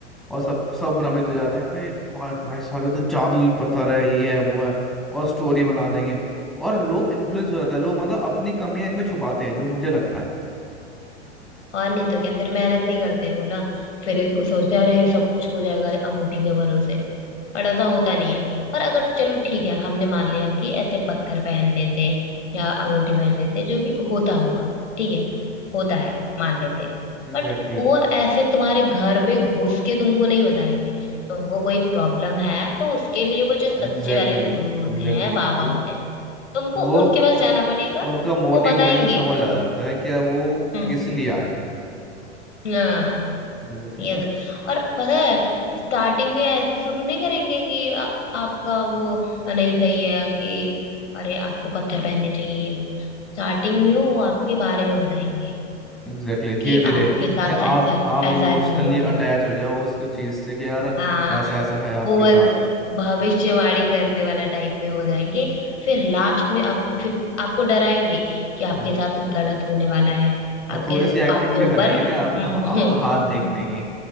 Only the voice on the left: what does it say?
और नहीं तो क्या फिर मेहनत नहीं करते बोला फिर को सोचते हैं, अरे सब कुछ हो जाएगा अंगूठी के भरोसे पर ऐसा होता नहीं है और अगर चलो ठीक है हमने मान लिया कि ऐसे पत्थर पहनने से या अंगूठी पहनने से जो भी होता होगा ठीक है होता है मान लेते हैं
बट वो ऐसे तुम्हारे घर पे घुस के तुमको नहीं बताएंगे तुमको कोई प्रॉब्लम है तो उसके लिए वो जो सच्चे
वाले गुरु
होते हैं बाबा
होते हैं तुमको
उनके पास जाना पड़ेगा
वो बताएंगे
हम्म
हाँ
ये तो- और पता है स्टार्टिंग में ऐसे शुरू नहीं करेंगे कि आ- आपका वो नहीं सही है कि अरे आपको पत्थर पहनने चाहिए ये वो स्टार्टिंग में वो आपके बारे में बताएंगे
कि
आपके साथ
ऐसा
ऐसा ऐसा हुआ है
हाँ
वो
ऐसे भविष्यवाणी करने वाला टाइप में हो जाएंगे फिर लास्ट में आप फिर आपको डराएंगे कि आपके
साथ गलत होने वाला है आपके
आपके
ऊपर
<laughs>